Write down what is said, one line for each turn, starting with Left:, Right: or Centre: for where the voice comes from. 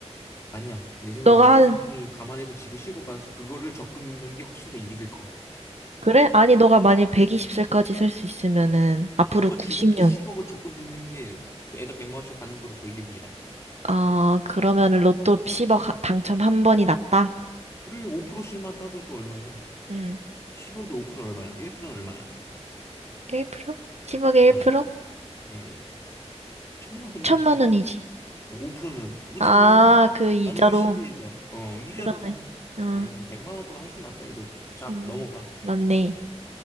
Left: 아니야. 내 생각에
Right: 너가
Left: 물가
Right: 한,
Left: 상승을 감안해도 지금 10억 받아서 그거를 적금 넣는 게 훨씬 더 이득일 것 같아.
Right: 그래? 아니, 너가 만약 120살까지 살 수 있으면은, 앞으로
Left: 아, 그러니까
Right: 90년,
Left: 지금부터 10억을 적금 드는 게 매달 100만 원씩 받는 것보다 더 이득이라니까.
Right: 어, 그러면 로또 10억 하- 당첨 한 번이 났다?
Left: 그래, 5%씩만 따져도 얼마야?
Right: 응.
Left: 10억에 5%는 얼마야? 1%는 얼마야?
Right: 1%? 10억에 1%?
Left: 응, 응. 천만 원이야.
Right: 천만 원이지.
Left: 5%는 5천이야.
Right: 아, 그 이자로.
Left: 나누기 1 2이가 어, 이자로만.
Right: 그러네. 어,
Left: 음, 100만 원보다 훨씬 낫다 이거지. 자,
Right: 음,
Left: 넘어가.
Right: 맞네.